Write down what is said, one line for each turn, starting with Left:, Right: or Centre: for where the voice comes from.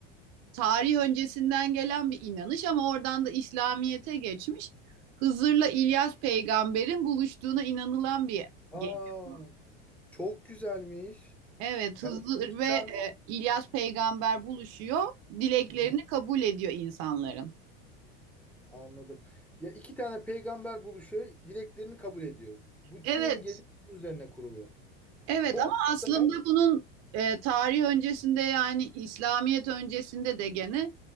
Right: tarih öncesinden gelen bir inanış ama oradan da İslamiyet'e geçmiş. Hızır'la İlyas peygamberin buluştuğuna inanılan bir
Centre: Aa,
Right: gece bu.
Centre: çok güzelmiş.
Right: Evet
Centre: Yani
Right: Hızır
Centre: iki
Right: ve
Centre: tane
Right: e, İlyas peygamber buluşuyor. Dileklerini
Centre: Hı hı.
Right: kabul ediyor insanların.
Centre: anladım. Ya iki tane peygamber buluşuyor, dileklerini kabul ediyor. Bütün
Right: Evet
Centre: gece bunun üzerine kurulu.
Right: Evet
Centre: Çok
Right: ama
Centre: güzel.
Right: aslında bunun e, tarih öncesinde yani İslamiyet öncesinde de gene